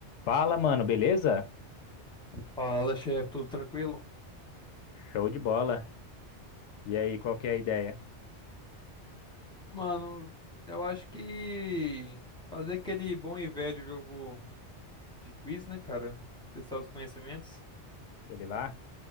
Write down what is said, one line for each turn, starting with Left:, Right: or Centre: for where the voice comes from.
Left: Fala, mano, beleza?
Centre: Fala, chefe, tudo tranquilo?
Left: Show de bola. E aí, qual que é a ideia?
Centre: Mano, eu acho que fazer aquele bom e velho jogo de quiz, né, cara? Testar os conhecimentos.
Left: Aquele lá?